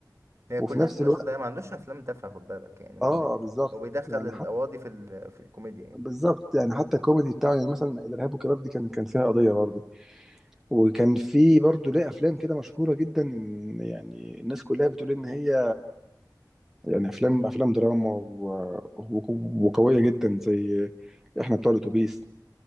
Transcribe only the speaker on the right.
هي
كلها
بتناقش
قضايا ما عندوش افلام تافهه خد بالك يعني ما
عندوش
هو بيدخل
القواضي
في ال... في الكوميديا يعني